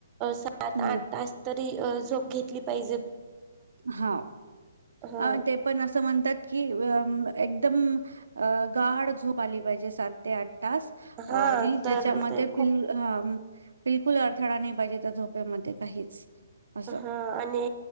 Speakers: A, on the right (about 25°); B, on the right (about 85°).
A: सात
B: हम्म
A: आठ तास तरी झोप घेतली पैज
B: हा
A: हा
B: अ ते पण असं म्हणतात एकदम गाढ झोप आली पाहिजे सात ते आठ तास
A: हा
B: आणि
A: तर
B: त्याच्यामध्ये
A: ते खूप
B: बिल बिलकुल अडथळा नाही पाहिजे त्या झोप्यामध्ये काहीच असं
A: हा आणि